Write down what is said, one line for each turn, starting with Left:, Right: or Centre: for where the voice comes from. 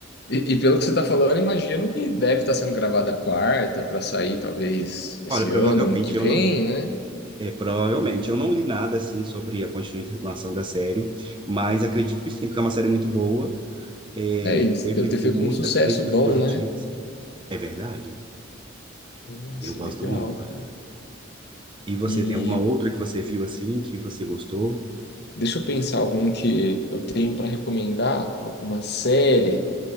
Left: E, e pelo que você tá falando, eu imagino que deve estar sendo gravada a quarta pra sair, talvez, esse
Right: Olha, provavelmente
Left: ano, ano que vem,
Right: eu não,
Left: né?
Right: é, provavelmente eu não li nada assim sobre a continuação da série, mas acredito que sim, porque é uma série muito boa, é,
Left: É isso,
Right: teve
Left: deve ter feito
Right: muitas
Left: um sucesso
Right: críticas
Left: bom,
Right: positivas.
Left: né?
Right: É verdade,
Left: Nossa,
Right: eu gosto
Left: legal,
Right: muito.
Left: cara.
Right: E você
Left: E
Right: tem alguma outra que você viu assim que você gostou?
Left: deixa eu pensar algum que eu tenho para recomendar, alguma série.